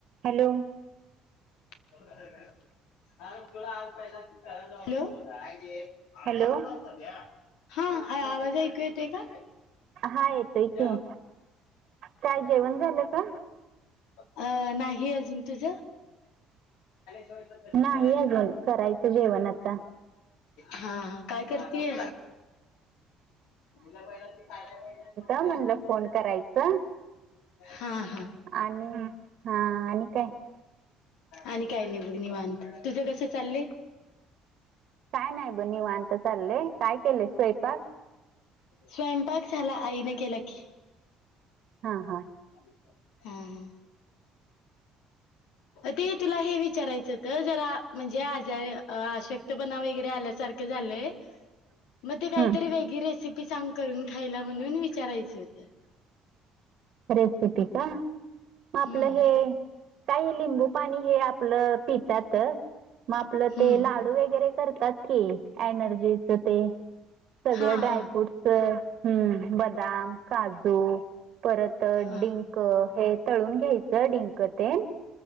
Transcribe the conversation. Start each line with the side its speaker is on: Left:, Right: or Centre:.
Right: Hello
Left: ब का का हा तुला आज प करायला ला
Right: हॅलो
Left: अर् हा आवाज ऐकू येते का
Right: हा येतोय
Left: घ
Right: की काय जेवण झालं का?
Left: आहे नाही अजून तुझ पैस
Right: नाही
Left: प्या
Right: अजून करायचं जेवण आता.
Left: हा काय करतेय हिजय पाहिजे
Right: म्हण फोन करायच
Left: हा हा
Right: आणि हा आणि काय
Left: आणि काय नि निवांत तुझ कस चालले
Right: काय नाही बणीवत चाललंय काय केले स्वयंपाक
Left: स्वयंपाक झाला आईने केला. की
Right: हा हा.
Left: हम् हम. ते तुला हे विचारायचं जरा म्हणजे आज शक्तपणा वगैरे आल्यासारखे झालेय मग ते काहीतरी
Right: हम्म
Left: वेगळी रेसिपी चांग करून खायला म्हणून विचारायच होत
Right: रेसिपी का मग आपलं
Left: हम्म.
Right: हे काही लिंबू पाणी हे आपलं पितातच मग आपलं
Left: हम्म.
Right: ते लाडू वगैरे करतात कि एनर्जीच ते सगळं
Left: हा
Right: ड्राय
Left: हा
Right: फ्रूटस हम्म बदाम काजू परत
Left: हा
Right: डिंक हे तळून घ्यायचं डिंकतेन